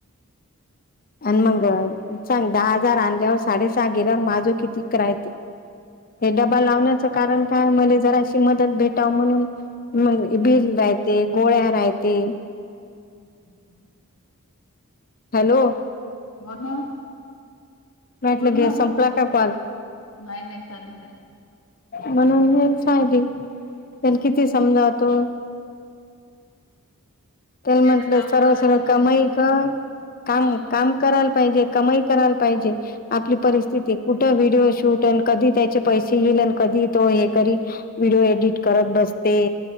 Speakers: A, on the left; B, on the left.
A: आणि मग चांग दहा हजार आणल्या. डे सहा गेल्यावर माझ किती कय हे डबा लावण्याच कारण काय म जरा त मदत भेटाव म्हणून बिल राहते गोळ्या राहते.
B: अच्छ!
A: हॅलो!
B: हो ना.
A: माटलं
B: बोल
A: गे
B: ना
A: संपला का कॉल.
B: नाही नाही चालूच आहे
A: म्हणून हे
B: काय
A: सगली त्या किती समजावतो.
B: ते
A: त्याला म्हंटलं
B: आता काम
A: सर्व
B: करायला
A: सर्व
B: पाहिजे
A: कमाई का काम
B: मग
A: काम. करायला पाहिजे कमाई करायला पाहिजे. आपली परिस्थिती कुठं व्हिडिओ शूट आणि कधी त्याचे पैसे येईल आणि कधी तो हे करील. व्हिडिओ एडिट करत बसते